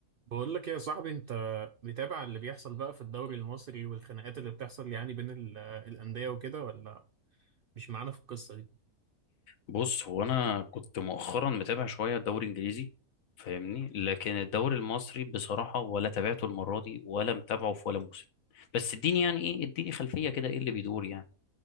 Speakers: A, on the right (about 60°); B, on the left (about 65°).
A: بقول لك ايه يا صاحبي انت متابع اللي بيحصل بقى في الدوري المصري والخناقات اللي بتحصل يعني بين ال- آه، الانديه وكده ولا مش معانا في القصه دي
B: بص هو انا كنت مؤخرا متابع شويه الدوري الانجليزي فاهمني لكن الدوري المصري بصراحه ولا تابعته المره دي ولا متابعه في ولا موسم بس اديني يعني ايه اديني خلفيه كده ايه اللي بيدور يعني